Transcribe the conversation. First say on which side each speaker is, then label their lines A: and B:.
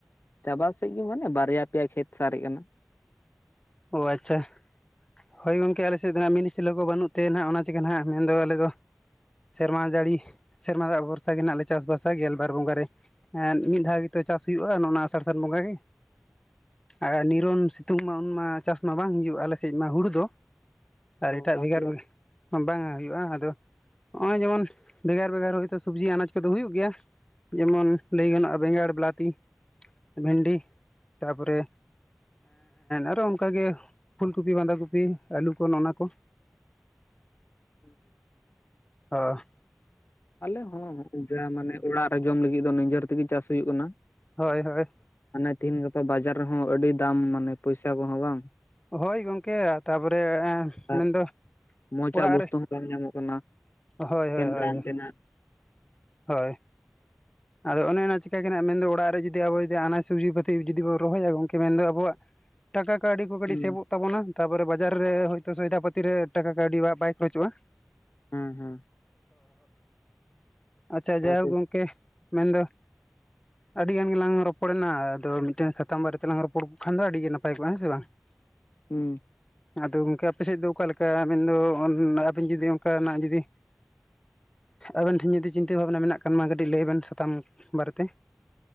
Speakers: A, on the left; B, on the left.
A: ᱪᱟᱵᱟ ᱥᱮᱫ ᱜᱮ ᱢᱟᱱᱮ ᱵᱟᱨᱭᱟ ᱯᱮᱭᱟ ᱠᱷᱮᱛ ᱥᱟᱨᱮᱡ ᱠᱟᱱᱟ
B: ᱚ ᱟᱪᱪᱷᱟ ᱦᱳᱭ ᱜᱚᱢᱠᱮ ᱟᱞᱮᱥᱮᱫ ᱫᱚ ᱱᱟᱜ ᱢᱤᱱᱤ ᱥᱤᱞᱳ ᱠᱚ ᱵᱟᱹᱱᱩᱜ ᱛᱮ ᱱᱟᱜ ᱚᱱᱟ ᱪᱤᱠᱟ. ᱱᱟᱦᱟᱸᱜ ᱢᱮᱱᱫᱚ ᱟᱞᱮᱫᱚ ᱥᱮᱨᱢᱟ ᱡᱟᱹᱲᱤ ᱥᱮᱨᱢᱟ ᱫᱟᱜ ᱵᱷᱚᱨᱥᱟ ᱜᱮ ᱦᱟᱸᱜ ᱞᱮ ᱪᱟᱥᱵᱟᱥᱟ ᱜᱮᱞᱵᱟᱨ ᱵᱚᱸᱜᱟ ᱨᱮ ᱢᱤᱫ ᱫᱷᱟᱣ ᱜᱮ ᱪᱟᱥ ᱦᱩᱭᱩᱜᱼᱟ ᱱᱚᱜᱱᱟ ᱟᱥᱟᱲ ᱥᱟᱱ ᱵᱚᱸᱜᱟ ᱜᱮ ᱟᱨ ᱱᱤᱨᱚᱱ ᱥᱤᱛᱩᱝ ᱢᱟ ᱩᱱᱢᱟ ᱪᱟᱥ ᱢᱟ ᱵᱟᱝ ᱦᱩᱭᱩᱜᱼᱟ ᱟᱞᱮ ᱥᱮᱫ ᱢᱟ ᱦᱩᱲᱩ ᱫᱚ ᱟᱨ
A: ᱛᱚ
B: ᱮᱴᱟᱜ
A: ᱵᱟᱝ
B: ᱵᱷᱮᱜᱟᱨ
A: ᱦᱩᱭᱩᱜᱼᱟ
B: ᱵᱷᱮᱜᱟᱨ ᱵᱟᱝᱟ ᱦᱩᱭᱩᱜᱼᱟ ᱟᱫᱚ ᱦᱚᱸᱜᱼᱚᱭ ᱡᱮᱢᱚᱱ ᱵᱷᱮᱜᱟᱨ ᱵᱷᱮᱜᱟᱨ ᱦᱚᱭᱛᱳ ᱥᱚᱵᱽᱡᱤ ᱟᱱᱟᱡᱽ ᱠᱚᱫᱚ ᱦᱩᱭᱩᱜ ᱜᱮᱭᱟ ᱡᱮᱢᱚᱱ ᱞᱟᱹᱭ ᱜᱟᱱᱚᱜᱼᱟ ᱵᱮᱸᱜᱟᱲ ᱵᱤᱞᱟᱹᱛᱤ ᱵᱷᱮᱱᱰᱤ ᱛᱟᱯᱚᱨᱮ ᱟᱨᱚ ᱚᱱᱠᱟᱜᱮ ᱯᱷᱩᱞ ᱠᱩᱯᱤ ᱵᱟᱸᱫᱟ ᱠᱩᱯᱤ ᱟᱹᱞᱩ ᱠᱚ ᱱᱚᱜᱱᱟ ᱠᱚ
A: <unintelligible>
B: ᱚᱦ
A: ᱟᱞᱮ ᱦᱚᱸ ᱢᱟᱱᱮ ᱚᱲᱟᱜ ᱨᱮ ᱡᱚᱢ ᱞᱟᱹᱜᱤᱫ ᱫᱚ ᱱᱤᱡᱮᱨ ᱛᱮᱜᱮ ᱪᱟᱥ ᱦᱩᱭᱩᱜ ᱠᱟᱱᱟ
B: ᱦᱳᱭ ᱦᱳᱭ
A: ᱢᱟᱱᱮ ᱛᱤᱦᱮᱧ ᱜᱟᱯᱟ ᱵᱟᱡᱟᱨ ᱨᱮᱦᱚᱸ ᱟᱹᱰᱤ ᱫᱟᱢ ᱢᱟᱱᱮ ᱯᱚᱭᱥᱟ ᱠᱚᱦᱚᱸ ᱵᱟᱝ
B: ᱦᱳᱭ ᱜᱚᱝᱠᱮ ᱛᱟᱯᱚᱨᱮ
A: ᱟᱨ
B: ᱢᱮᱱᱫᱚ
A: ᱢᱚᱸᱡᱽᱟᱜ
B: ᱚᱲᱟᱜ
A: ᱵᱚᱥᱛᱩ
B: ᱨᱮ
A: ᱵᱟᱝ ᱧᱟᱢᱚᱜ ᱠᱟᱱᱟ
B: ᱦᱳᱭ ᱦᱳᱭ
A: ᱮᱠᱮᱱ
B: ᱦᱳᱭ
A: <unintelligible>
B: ᱦᱳᱭ ᱟᱫᱚ ᱚᱱᱮ ᱚᱱᱟ ᱪᱤᱠᱟ ᱜᱮ ᱱᱟᱜ ᱢᱮᱱᱫᱚ ᱚᱲᱟᱜ ᱨᱮ ᱡᱩᱫᱤ ᱟᱵᱚ ᱡᱩᱫᱤ ᱟᱱᱟᱡᱽ ᱥᱩᱵᱽᱡᱤ ᱯᱟᱹᱛᱤ ᱡᱩᱫᱤ ᱵᱚᱱ ᱨᱚᱦᱚᱭᱟ ᱜᱚᱝᱠᱮ ᱢᱮᱱᱫᱚ ᱟᱵᱚᱣᱟᱜ ᱴᱟᱠᱟ ᱠᱚ ᱟᱹᱰᱤ ᱠᱚ ᱠᱟᱹᱴᱤᱡ
A: ᱦᱩᱸ
B: ᱥᱮᱵᱚᱜ ᱛᱟᱵᱚᱱᱟ ᱛᱟᱯᱚᱨᱮ ᱵᱟᱡᱟᱨ ᱨᱮ ᱦᱳᱭᱛᱚ ᱥᱚᱭᱫᱟ ᱯᱟᱹᱛᱤ ᱨᱮ ᱴᱟᱠᱟ ᱠᱟᱹᱣᱰᱤ ᱵᱟᱭ ᱠᱷᱚᱨᱚᱪᱚᱜᱼᱟ
A: ᱦᱮᱸ ᱦᱮᱸ
B: ᱟᱪᱪᱷᱟ
A: ᱥᱟᱶᱛᱮ
B: ᱡᱟᱭᱦᱳᱠ ᱜᱚᱢᱠᱮ ᱢᱮᱱᱫᱚ ᱟᱹᱰᱤ ᱜᱟᱱ ᱜᱮᱞᱟᱝ ᱨᱚᱯᱚᱲ ᱮᱱᱟ ᱟᱫᱚ ᱢᱤᱫᱴᱮᱱ ᱥᱟᱛᱟᱢ ᱵᱟᱨᱮᱛᱮᱞᱟᱝ ᱨᱚᱯᱚᱲ ᱠᱚᱜ ᱠᱷᱟᱱ ᱫᱚ ᱟᱹᱰᱤ ᱜᱮ ᱱᱟᱯᱟᱭ ᱠᱚᱜᱼᱟ ᱦᱮᱸ ᱥᱮ ᱵᱟᱝ <inaudible>
A: ᱦᱩᱸ
B: ᱟᱫᱚ ᱜᱚᱢᱠᱮ ᱟᱯᱮ ᱥᱮᱫ ᱫᱚ ᱚᱠᱟ ᱞᱮᱠᱟ ᱟᱵᱮᱱ ᱫᱚ ᱟᱹᱵᱤᱱ ᱡᱩᱫᱤ ᱚᱱᱠᱟᱱᱟᱜ ᱡᱩᱫᱤ ᱟᱵᱮᱱ ᱴᱷᱮᱱ ᱡᱩᱫᱤ ᱪᱤᱱᱛᱟᱹ ᱵᱷᱟᱵᱽᱱᱟ ᱢᱮᱱᱟᱜ ᱠᱷᱟᱱ ᱢᱟ ᱠᱟᱹᱴᱤᱡ ᱞᱟᱹᱭ ᱵᱮᱱ ᱛᱟᱢ ᱵᱟᱨᱮᱛᱮ